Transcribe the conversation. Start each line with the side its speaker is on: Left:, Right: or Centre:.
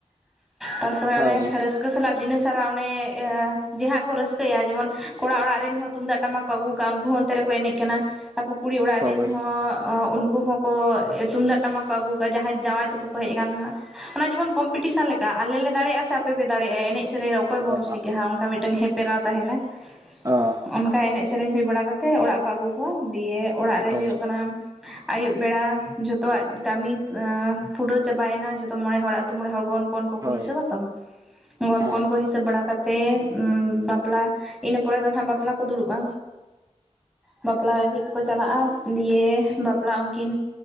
Centre: ᱛᱟᱨᱯᱚᱨᱮ
Right: ᱦᱳᱭ
Centre: ᱚᱱᱮ ᱨᱟᱹᱥᱠᱟᱹ ᱥᱟᱞᱟᱜ ᱫᱤᱱᱟᱹ ᱥᱟᱨᱟ ᱚᱱᱮ ᱡᱟᱦᱟᱸ ᱠᱚ ᱨᱟᱹᱥᱠᱟᱹᱭᱟ ᱡᱮᱢᱚᱱ ᱠᱚᱲᱟ ᱚᱲᱟᱜ ᱨᱮᱱ ᱦᱚᱸ ᱛᱩᱢᱫᱟᱜ ᱴᱟᱢᱟᱠ ᱠᱚ ᱟᱹᱜᱩ ᱠᱟᱜᱼᱟ ᱩᱱᱠᱩ ᱦᱚᱸ ᱚᱱᱛᱮ ᱨᱮᱠᱚ ᱮᱱᱮᱡ ᱠᱟᱱᱟ ᱛᱟᱨᱯᱚᱨ ᱠᱩᱲᱤ ᱚᱲᱟᱜ
Right: ᱦᱳᱭ
Centre: ᱨᱮᱱ ᱦᱚᱸ ᱩᱱᱠᱩ ᱦᱚᱸᱠᱚ ᱛᱩᱢᱫᱟᱜ ᱴᱟᱢᱟᱠ ᱠᱚ ᱟᱹᱜᱩ ᱠᱟᱜᱼᱟ ᱡᱟᱦᱟᱸᱭ ᱡᱟᱶᱟᱭ ᱛᱩᱯᱩ ᱠᱚ ᱦᱮᱡ ᱟᱠᱟᱱ ᱫᱚ ᱦᱟᱸᱜ ᱚᱱᱟ ᱡᱮᱢᱚᱱ ᱠᱚᱢᱯᱤᱴᱤᱥᱚᱱ ᱞᱮᱠᱟ ᱟᱞᱮ ᱞᱮ ᱫᱮᱲᱮᱭᱟᱜᱼᱟ ᱥᱮ ᱟᱯᱮ ᱯᱮ ᱫᱟᱲᱮᱭᱟᱜᱼᱟ ᱮᱱᱮᱡ ᱥᱮ ᱥᱮᱨᱮᱧ ᱨᱮ ᱚᱠᱚᱭ ᱵᱚᱱ
Right: ᱚ
Centre: ᱨᱩᱥᱤᱠᱟ ᱦᱟ ᱚᱱᱠᱟ ᱢᱤᱫᱴᱟᱝ ᱦᱮᱯᱮᱨᱟᱣ ᱛᱟᱦᱮᱱᱟ ᱾
Right: ᱚᱻ ᱾
Centre: ᱚᱱᱠᱟ ᱮᱱᱮᱡ ᱥᱮᱨᱮᱧ ᱦᱩᱭ ᱵᱟᱲᱟ ᱠᱟᱛᱮ ᱚᱲᱟᱜ ᱠᱚ ᱟᱹᱜᱩ ᱠᱚᱣᱟ ᱫᱤᱭᱮ ᱚᱲᱟᱜ ᱨᱮ
Right: ᱦᱳᱭ
Centre: ᱦᱳᱭᱳᱜ ᱠᱟᱱᱟ ᱟᱹᱭᱩᱵ ᱵᱮᱲᱟ ᱡᱷᱚᱛᱚᱣᱟᱜ ᱠᱟᱹᱢᱤ ᱟᱸ ᱯᱩᱨᱟᱹᱣ ᱪᱟᱵᱟᱭᱮᱱᱟ ᱡᱚᱛᱚ ᱢᱚᱬᱮ ᱦᱚᱲᱟᱜ ᱟᱹᱛᱩ ᱢᱚᱬᱮ ᱦᱚᱲ ᱜᱚᱱᱯᱚᱱ ᱠᱚᱠᱚ
Right: ᱦᱳᱭ
Centre: ᱦᱤᱥᱟᱹᱵᱽ ᱟ ᱛᱚ ᱜᱚᱱᱯᱚᱱ
Right: ᱦᱮᱸ
Centre: ᱠᱚ ᱦᱤᱥᱟᱹᱵ ᱵᱟᱲᱟ ᱠᱟᱛᱮᱜ ᱵᱟᱯᱞᱟ ᱤᱱᱟᱹ ᱯᱚᱨᱮ ᱫᱚ ᱱᱟᱦᱟᱜ ᱵᱟᱯᱞᱟ ᱠᱚ ᱫᱩᱲᱩᱵᱼᱟ, ᱵᱟᱯᱞᱟ ᱞᱟᱹᱜᱤᱫ ᱠᱚ ᱪᱟᱞᱟᱜᱼᱟ ᱫᱤᱭᱮ ᱵᱟᱯᱞᱟ ᱩᱱᱠᱤᱱ